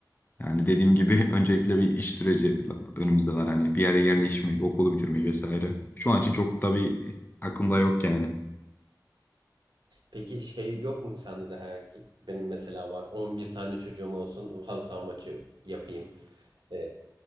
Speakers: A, on the left (about 25°); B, on the right (about 85°).
A: Yani dediğim gibi <laughs> öncelikle bir iş süreci önümüzde var. Hani bir yere yerleşmek, okulu bitirmek vesaire. Şu an için çok tabii aklımda yok yani.
B: Peki şey yok mu sende de her erkek? Benim mesela var 11 tane çocuğum olsun halı saha maçı yapayım. Ee,